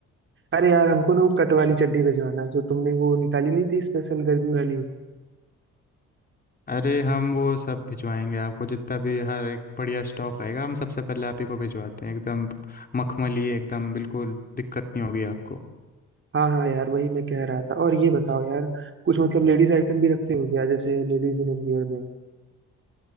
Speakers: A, on the right; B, on the left.
A: अरे यार हमको ना वो कट वाली चड्डी भिजवाना है, जो तुमने वो निकाली नहीं थी स्पेशल गर्मी वाली
B: अरे हम वो सब भिजवाएंगे आपको जितना भी हर एक बढ़िया स्टॉक आएगा हम सबसे पहले आप ही को भिजवाते हैं एकदम मखमली एकदम बिल्कुल दिक्कत नहीं होगी आपको
A: हाँ हाँ यार वही मैं कह रहा था और ये बताओ यार कुछ मतलब लेडीज आइटम भी रखते हो क्या जैसे लेडीज इनरवियर में